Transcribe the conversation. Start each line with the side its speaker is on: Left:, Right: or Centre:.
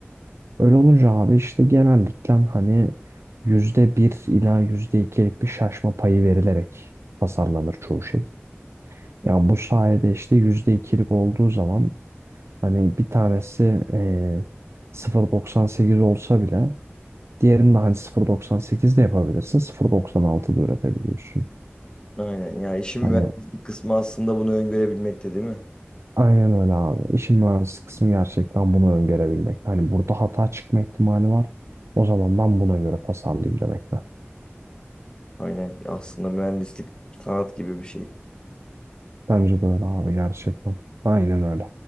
Right: Öyle olunca abi işte genellikle hani yüzde bir ila yüzde ikilik bir şaşma payı verilerek tasarlanır çoğu şey.
Left: Hı.
Right: Yani bu sayede işte yüzde ikilik olduğu zaman Hani bir tanesi eee 0.98 olsa bile diğerini de hani 0.98 de yapabilirsin. 0.96 da üretebiliyorsun.
Left: Aynen ya işin
Right: Hani
Left: mühendislik kısmı aslında bunu öngörebilmekte değil mi?
Right: aynen öyle abi. İşin mühendislik kısmı gerçekten bunu öngörebilmek. Hani burada hata çıkma ihtimali var. O zaman ben buna göre tasarlayayım demekle.
Left: Aynen aslında mühendislik sanat gibi bir şey.
Right: Bence de öyle abi gerçekten. Aynen öyle.